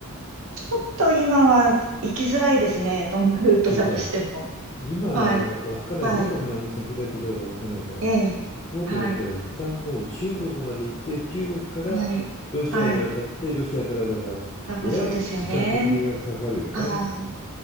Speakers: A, on the right; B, on the left.
A: ちょっと今は行きづらいですね。どんなルートだとしても。
B: というか、今、
A: はい。
B: 稚内、
A: はい。
B: 目と鼻の先だけど稚内から行こうと思ったら、
A: ええ。はい。
B: 一旦もう中国まで行って、中国からロシアに渡って、
A: はい。はい。
B: ロシアからだから、
A: なんかそうですよね。
B: えらい時間とお金がかかるよね。
A: はい。
B: うん